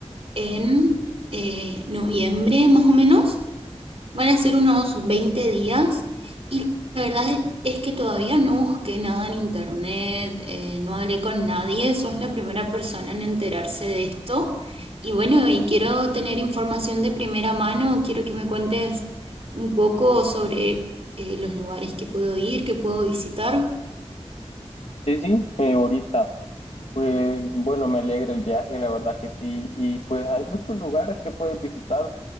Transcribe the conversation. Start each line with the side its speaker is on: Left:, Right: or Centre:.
Right: en eh, noviembre más o menos. Van a ser unos 20 días. La verdad es que todavía no busqué nada en internet, eh, no hablé con nadie, sos la primera persona en enterarse de esto. Y bueno, y quiero tener información de primera mano, quiero que me cuentes un poco sobre eh, los lugares que puedo ir, que puedo visitar.
Left: Sí, sí, eh, ahorita, pues bueno, me alegra el viaje, la verdad que sí, y pues hay muchos lugares que puedes visitar,